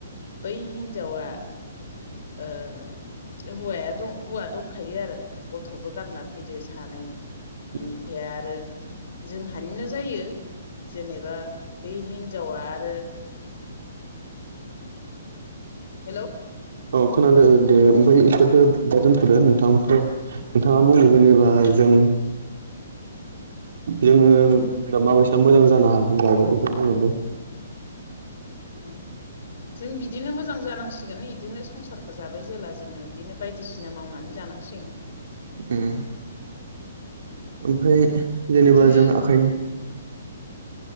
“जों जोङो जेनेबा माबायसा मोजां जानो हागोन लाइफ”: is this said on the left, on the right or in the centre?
Right